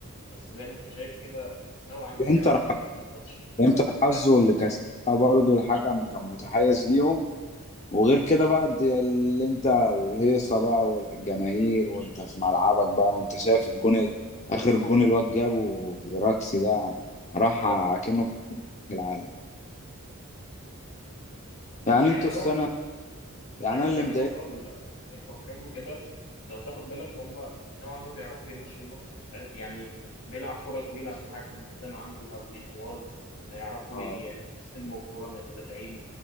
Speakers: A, on the left; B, on the left.
A: بس زي ما انت شايف كده نوعا ما
B: الانتر
A: بيعرفوا يمشوا الماتش
B: انتر حظه
A: فاهم
B: اللي كسبها برضه الحكم كان متحيز ليهم وغير كده بقى دي- اللي انت الهيصه بقى والجماهير وانت في ملعبك بقى وانت شايف الجون ال- اخر جون الواد جابه في راكسي ده راح
A: اه
B: كأنه في العالم يعني
A: يعني
B: انتوا
A: نوعا
B: السنه
A: غير
B: يعني انا اللي
A: غير
B: مضايق
A: موضوع ال- الحكام وكده لو تاخد بالك هم نوعا ما بيعرفوا يمشوا الماتش فاهم؟ يعني بيلعب كرة طويلة عشان عارف إن قدام عنده مهاجمين طوال هيعرفوا
B: اه،
A: ي- يستلموا الكرة من المدافعين